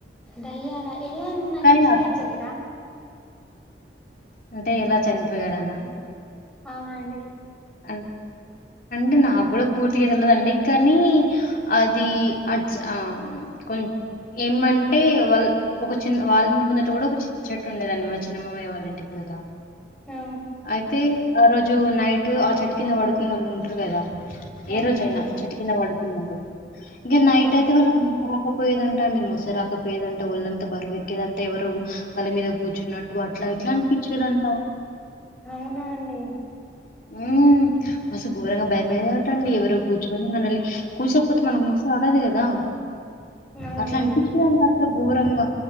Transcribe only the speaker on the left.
కానీ
అప్-
అంటే ఎలా చనిపోయాడనా
అంతే అంటే నాకు కూడా పూర్తిగా తెల్లదు అండి కానీ అది అట్స్ కొం ఏమంటే వాళ్ళ ఒక చిన్న వాళ్ళంటి ముందట కూడా ఒక చి చెట్టు ఉండేదండి మా చిన్నమ్మయి వాళ్ళ ఇంటి ముందట
అయితే ఆ రోజు నైట్ ఆ చెట్టు కింద పడుకున్ కదా
ఏ రోజయినా చెట్ కింద పడుకున్నారు ఇంకా నైట్
అయితే వాళ్ళ మ రాకపోయదంట అండి మోస రాకపోయేదంట ఒల్ళంతా బరువెక్కేదంటా ఎవరు వాళ్ళ మీద కూర్చున్నట్టు అట్లా ఇట్లా అనిపించేదంత
ఉ మస్తు ఘోరంగా భయమేతండి ఎవరో కూర్చుకొని మనల్ని కూర్చకపోతే మనకు మ చడదు కదా
అట్ల అనిపించేదంత అంత ఘోరంగా